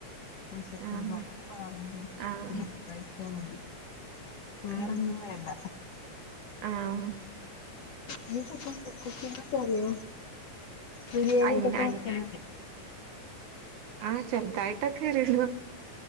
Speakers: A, on the left; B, on the right.
A: പശെക്കും
B: ആഹ്
A: വളാറും
B: ആഹ്
A: കഴിച്ചാൽ മതി വേറെൊന്നും
B: ആഹ്
A: വേണ്ട
B: ആഹ്
A: പസ കു ചാരിയ ബരിയല
B: അയിന്
A: തപ്പക്ക
B: ആഹ ചെറുദായിട്ടൊക്കെ അറിിയള്ളൂ